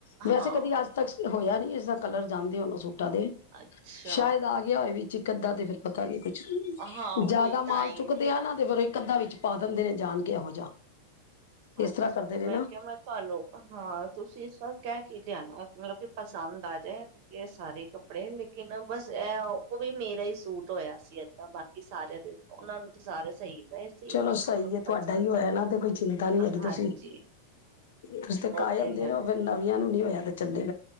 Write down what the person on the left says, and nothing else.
ਵੈਸੇ
ਕਦੀ ਅੱਜ ਤੱਕ ਹੋਇਆ ਨਹੀਂ <unintelligible> ਇਸਦਾ ਕਰ ਜਾਂਦੇ ਉਹਨੂੰ ਸੂਟ ਦੇ
ਸ਼ਾਇਦ ਆ ਗਿਆ ਹੋਏ ਵੀ <unintelligible> ਅੱਧਾ ਤੇ ਫਿਰ ਪਤਾ ਨੀ ਕੁਛ
ਜਿਆਦਾ
ਮਾਲ
ਚੁੱਕਦੇ ਆ ਨਾ ਤੇ ਫਿਰਰ ਕੱਧਾਂ ਵਿੱਚ ਪਾ ਦਿੰਦੇ ਨੇ ਜਾਣ ਕੇ ਇਹੋ ਜਿਹਾ
ਇਸ ਤਰ੍ਹਾਂ ਕਰਦੇ
ਨੇ
ਨਾ
ਚਲੋ ਸਹੀ
ਹੈ ਤੁਹਾਡਾ ਹੋਨਾਂ ਤੇ ਕੋਈ ਚੀ <inaudible> ਪਾਂ ਨੀ ਹੈਗੀ
ਤੁਸੀਂ ਤੁਸੀਂ ਤੇ
ਕਾਇਮ ਦੇ
ਰ ਹੋ ਫਿਰ ਨਵੇ <unintelligible> ਨੂੰ ਨਹੀਂ ਹੋਇਆ ਤੇ ਚੱਲੇ